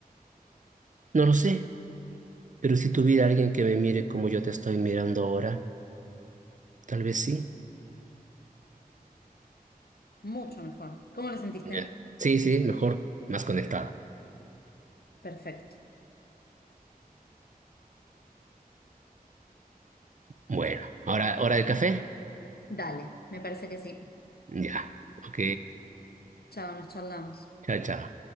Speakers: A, on the right; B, on the left.
A: No lo sé, pero si tuviera alguien que me mire como yo te estoy mirando ahora, tal vez sí.
B: Mucho mejor. ¿Cómo lo sentiste?
A: Ya. Sí, sí, mejor más conectado.
B: Perfecto.
A: Bueno, ahora hora del café.
B: Dale, me parece que sí.
A: Ya. Ok.
B: Chao, nos charlamos.
A: Chao, chao.